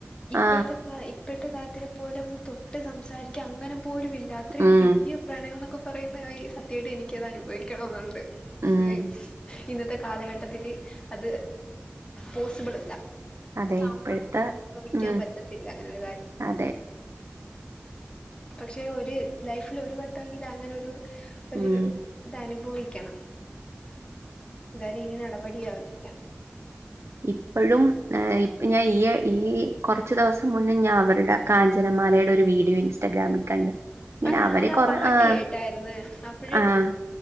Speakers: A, on the left; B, on the right.
A: ഇപ്പോഴത്തെ
B: ആ.
A: ഇപ്പോഴത്തെ കാലത്തിലെ പോലും ഒന്ന് തൊട്ട് സംസാരിക്ക എക്ക് അങ്ങനെ പോലുമില്ല. അത്രയും
B: ഉം.
A: ദിവ്യ പ്രണയം എന്നൊക്കെ പറയുന്ന ഈ സത്യമായിട്ട് എനിക്കത് അനുഭവി ക്കണം എന്നുണ്ട്
B: ഉം.
A: ശ ഇന്നത്തെ കാലഘട്ടത്തില് അത് പോസിബളല്ല.
B: അതെ
A: സാംഭ
B: ഇപ്പഴത്തെ
A: സംഭവിക്കാൻ
B: ഉം.
A: പറ്റത്തില്ല അങ്ങനെ ഒരു കാര്യം.
B: അതെ.
A: പക്ഷെ ഒരു ലൈഫിൽ ഒരു വട്ടവെങ്കില് അങ്ങനെ ഒരു ഒരു
B: ഉം.
A: ഇതനുഭവിക്കണം എന്തായാലും ഇനി നടപടിയാവത്തില്ല.
B: ഇപ്പഴും ഏഹ് ഞാൻ ഈ ഈ കുറച്ച് ദിവസം മുന്നേ ഞാൻ അവരട, കാഞ്ചനമാലയുടെ ഒരു വീഡിയോ ഇൻസ്റ്റാഗ്രാമിൽ കണ്ട്. ഇങ്ങനെ
A: ആ ഞാനാ
B: അവര് കൊറേ
A: പാട്ട്
B: ആഹ്.
A: കേട്ടായിര്ന്ന്. അപ്പഴെ,
B: ആഹ്.